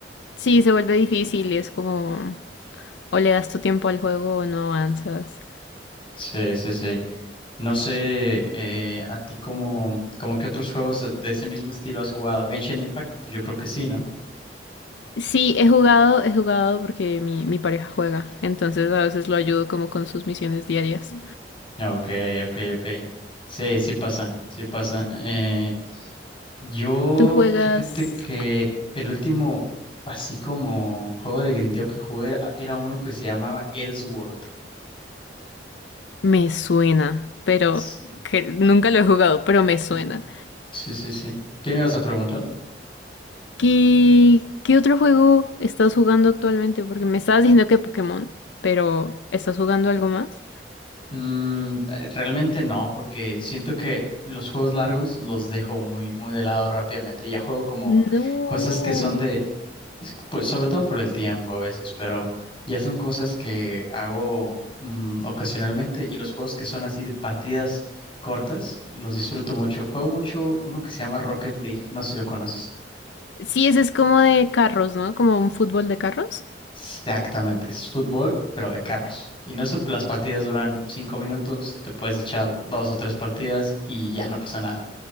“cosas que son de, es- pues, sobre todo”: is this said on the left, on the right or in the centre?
Left